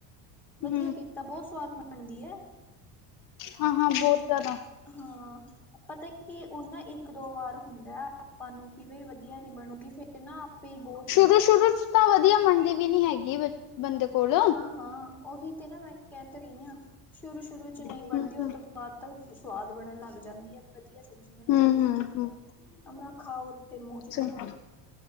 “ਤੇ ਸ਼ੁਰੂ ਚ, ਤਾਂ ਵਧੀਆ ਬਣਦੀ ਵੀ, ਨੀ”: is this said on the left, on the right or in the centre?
Left